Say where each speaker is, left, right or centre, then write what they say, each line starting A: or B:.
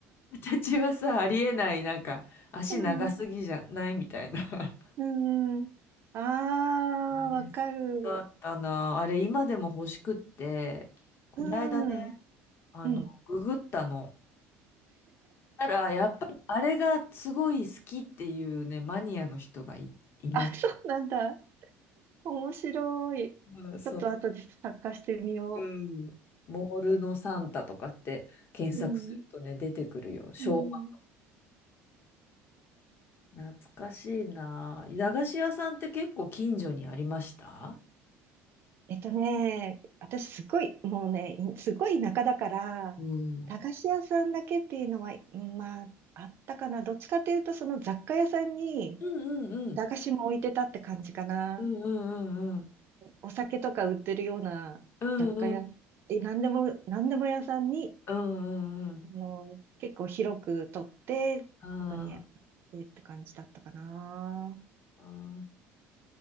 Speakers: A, on the left; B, on the right.
A: 私はさ、ありえない、なんか、足長すぎじゃないみたいな。
B: うん。
A: <laughs>
B: うん。あ
A: あれ、
B: あ、わかる。
A: だったな。あれ、今でも欲しくって、この間ね、
B: うん。
A: あの、
B: うん。
A: ググったの。たら、やっぱり、あれがすごい好きっていうね、マニアの人がい、いました。
B: あ、そうなんだ。面白い。
A: うんそう。
B: ちょっと後で探してみよ
A: うん。モールのサンタとかって検索するとね、
B: う。うん。
A: 出てくるよ。昭和。
B: うん。
A: 懐かしいな。駄菓子屋さんって結構近所にありました
B: えっとね、私すごい、もうね、いすごい田舎だから、
A: うん。
B: 駄菓子屋さんだけっていうのは、うんまあ、あったかな。どっちかというと、その雑貨屋さんに
A: うんうんうん。
B: 駄菓子も置いてたって感じかな。
A: うんうんうんうん。
B: お酒とか売ってるような雑貨屋、
A: うんうん
B: え、なんでも、なんでも屋さんに、
A: うんうんうん。
B: あの、結構広く取って、
A: あ
B: そこにあってって感じだったかな。
A: ーあ